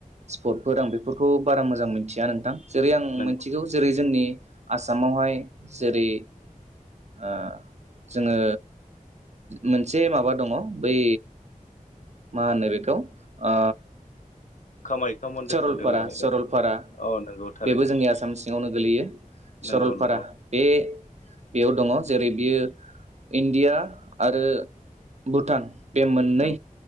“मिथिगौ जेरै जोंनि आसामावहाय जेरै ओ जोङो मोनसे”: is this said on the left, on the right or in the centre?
Right